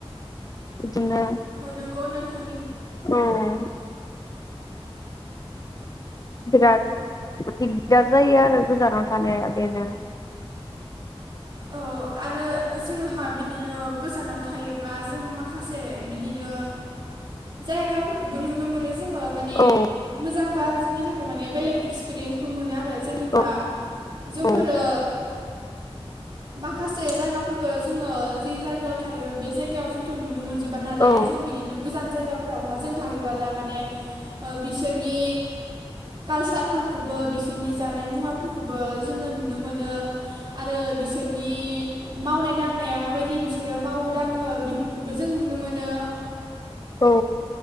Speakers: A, on the left; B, on the right.
A: बिदिनो
B: ओ नोंगौ नोंथां।
A: औ बिराद दिगदार जायो आरो गोजानाव थानाया बेनो।
B: औ आरो जोंहा बिदिनो गोजानाव थायोब्ला जों माखासे बिदिनो जायगाफोरखौबो नुनो मोनो जोङो माने
A: औ
B: मोजांबो आरो। जोंनि थाखाय माने बेलेग एक्सपिरियेन्स मोनो आरो जेनेबा
A: औ
B: जोंफोरो
A: औ
B: माखासे जायगाफोरखौ जोङो जि जायगायाव थायो बे जायगायाव जोंथ नुनो मोन जोबा नालाय
A: औ
B: जों बिदिनो गोजान जायगा फोरावहा जों थाहैबोला माने बिसोरनि कालसारफोरखौबो बिसोरनि जानाय मुवाफोरखौबो जोङो नुनो मोनो आरो <unintelligible> मावनाय दांनाया मा बायदि बिदि बिसोरो मावो दाङो बिफोरखौबो जों नुनो मोनो।
A: औ